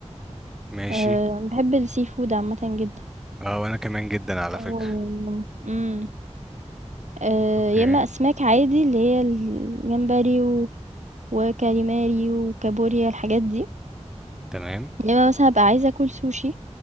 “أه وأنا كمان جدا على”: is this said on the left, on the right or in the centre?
Centre